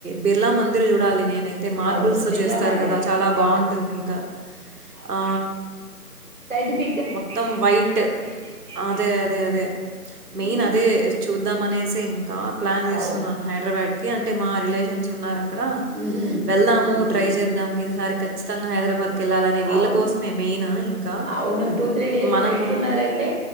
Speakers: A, on the right; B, on the right.
A: బిర్లా మందిర్ చూడాలి నేను యితే మార్బుల్స్
B: అవును. బిర్లా
A: చేస్తారు
B: మందిరే.
A: కదా చాలా బాగుంటుంది
B: అవును.
A: ఇంకా ఆ
B: సైంటంటిఫిక్
A: మొత్తం వైట్ అదే అదే అదే
B: హ్మ్
A: మెయిన్ అదే చూ చూద్దాం అనేసి ఇంకా ప్లాన్ చేస్తున్నాను
B: అవును
A: హైదరాబాద్కి అంటే మా రిలేషన్స్ ఉన్నార అక్కడ
B: హుహు.
A: వెళ్దాము
B: హ్మ్.
A: ట్రై చేద్దాము ఈదిసారి ఖచ్చితంగా హైదరాబాద్ క వెళ్ళాలనే వీళ్ళ
B: అవును.
A: కోసంమేమే ననా ఇంకా
B: అవును. డేస్
A: మనము
B: పెట్టుకున్నారంటే